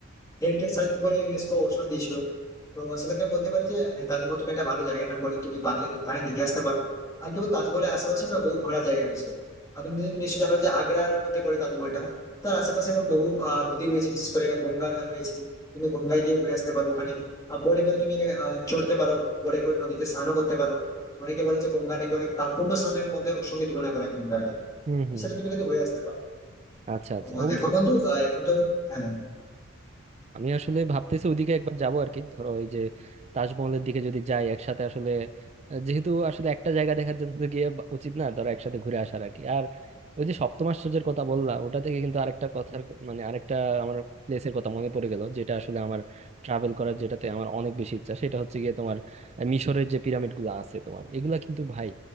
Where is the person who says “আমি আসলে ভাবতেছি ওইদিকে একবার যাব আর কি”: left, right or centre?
Right